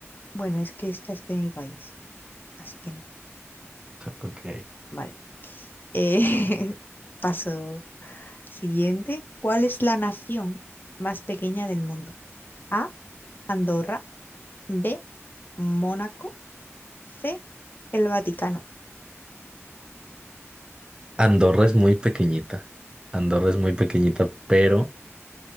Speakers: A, on the left; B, on the right.
A: Bueno, es que esta es de mi país, así que no.
B: Ok.
A: Vale. Eh, <laughs> paso siguiente. ¿Cuál es la nación más pequeña del mundo? A, Andorra, B, Mónaco, C, el Vaticano.
B: Andorra es muy pequeñita. Andorra es muy pequeñita, pero